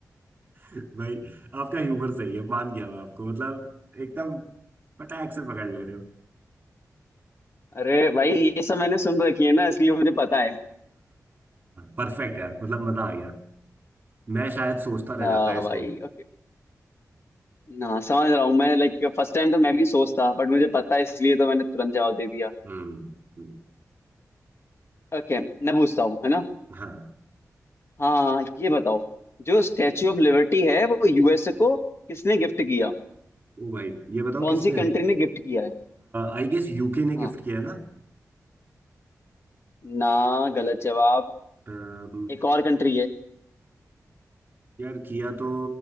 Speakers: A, on the right (about 30°); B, on the left (about 45°).
A: भाई आपका ह्यूमर सही है मान गया मैं आपको मतलब एकदम फटाक से पकड़ ले रहे हो
B: अरे भाई ये सब मैंने सुन रखी है ना इसलिए मुझे पता है
A: परफेक्ट यार मतलब मजा आ गया मैं शायद सोचता रह
B: ना
A: जाता है इसको
B: भाई ओके ना समझ रहा हूँ मैं लाइक फर्स्ट टाइम तो मैं भी सोचता बट मुझे पता है इसलिए तो मैंने तुरंत जवाब दे दिया
A: हम्म हम्म,
B: ओके मैं पूछता हूँ है ना
A: हाँ
B: हाँ ये बताओ जो स्टैच्यू ऑफ लिबर्टी है वो यूएसए को किसने गिफ्ट किया
A: ओ भाई ये बताओ
B: कौन
A: किसने
B: सी कंट्री ने गिफ्ट किया है
A: आई गेस यूके ने
B: हाँ
A: गिफ्ट किया है
B: ना गलत जवाब
A: ना
B: एक और कंट्री है
A: यार किया तो